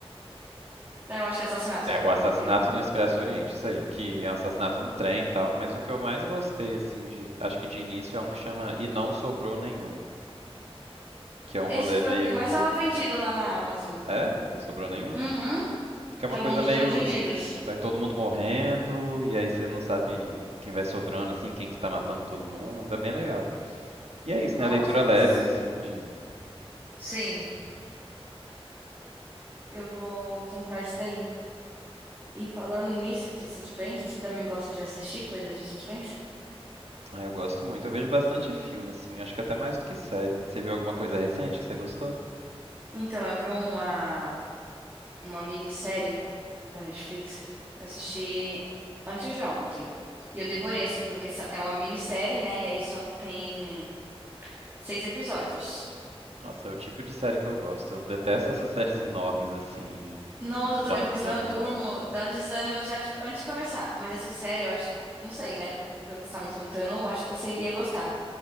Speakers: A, on the right; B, on the right.
A: Eu acho que é assassinato,
B: é,
A: né?
B: o assassinato
A: Eu vi aqui.
B: no Expresso do Oriente, isso aí, que é um assassinato no trem e tal. Mas o que eu mais gostei, assim, de, acho que de início é um que chama E Não Sobrou Nenhum, que é um
A: Esse
B: rolê
A: foi
B: meio.
A: o que mais estava vendido lá na Amazon.
B: É? Não sobrou nenhum?
A: Uhum.
B: Que é uma
A: Tava
B: coisa
A: um dos
B: meio.
A: mais vendidos.
B: Vai todo mundo morrendo, e aí você não sabe quem vai sobrando, assim, quem que tá matando todo mundo. É bem legal. E é isso,
A: Nossa,
B: né? A leitura
A: eu vou
B: leve,
A: assistir.
B: assim, de.
A: Sim, eu vou comprar esse daí. E falando nisso de suspense, você também gosta de assistir coisas de suspense?
B: Ah, eu gosto muito. Eu vejo bastante filme, assim. Acho que até mais do que série. Você viu alguma coisa recente que você gostou?
A: Então, eu vi uma, uma minissérie da Netflix. Eu assisti antes de ontem. E eu
B: Uhum.
A: devorei, assim, porque só- é uma minissérie, né? E aí só tem seis episódios.
B: Nossa, é o tipo de série que eu gosto. Eu detesto essas séries enormes, assim, de.
A: Nossa, eu
B: Dá
A: também,
B: um
A: porque
B: desânimo
A: senão eu durmo,
B: enorme.
A: dá o desânimo já de- antes de começar. Mas essa série, eu acho, não sei, né? Pelo que você tá me contando, eu acho que você iria gostar.